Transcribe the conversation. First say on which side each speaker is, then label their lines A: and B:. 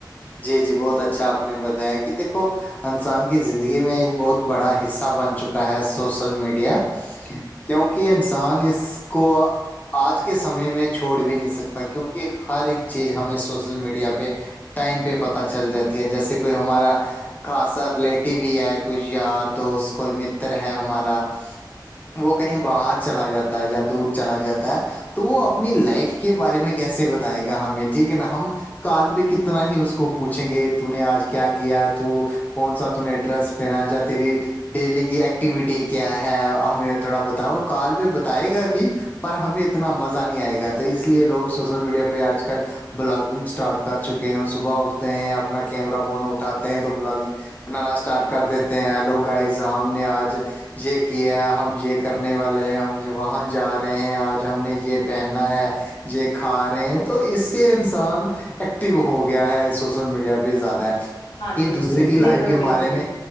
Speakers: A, on the left; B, on the left.
A: جی جی بہت اچھاپ نے بتایا کہ دیکھو انسان کی زندگی میں ایک بہت بڑا حصہ بن چکا ہے سوشل میڈیا کیونکہ انسان اس کو آج کے سمے میں چھوڑ بھی نہیں سکتا کیونکہ ہر ایک چیز ہمیں سوشل میڈیا پہ ٹائم پہ پتہ چل جاتی ہے جیسے کوئی ہمارا خاصا ریلیٹیو بھی ہے کچھ یار دوست کوئی متر ہے ہمارا وہ کہیں باہر چلا جاتا ہے یا دور چلا جاتا ہے تو وہ اپنی لائف کے بارے میں کیسے بتائے گا ہمیں ٹھیک ہے نا ہم کال پہ کتنے اتنا ہی اس کو پوچھیں گے تو نے آج کیا کیا تو کون سا ت نے ڈریس پہنا جا تیری ڈیلی کی ایکٹیویٹی کیا ہے ہمیں تھوڑا بتاؤ کال پہ بتائے گا بھی پر ہمیں اتنا مزہ نہیں آئے گا تو اس لیے لوگ سوشل میڈیا پہ آج کل بلاگنگ اسٹارٹ کر چکے ہیں صبح اٹھتے ہیں اپنا کیمرہ فون اٹھاتے ہیں تو بلاگنگ بنانا اسٹارٹ کر دیتے ہیں ہیلو گائز ہم نے آج یہ کیا ہم یہ کرنے والے ہیں ہم وہاں جا رہے ہیں آج ہم نے یہ پہنا ہے یہ کھا رہے ہیں تو اس سے انسان ایکٹو ہو گیا ہے سوشل میڈیا پہ زیادہ
B: ہاں
A: کہ
B: جی
A: دوسرے
B: ہاں
A: کی
B: جی
A: لائف
B: یہ تو
A: کے
B: بالکل
A: بارے میں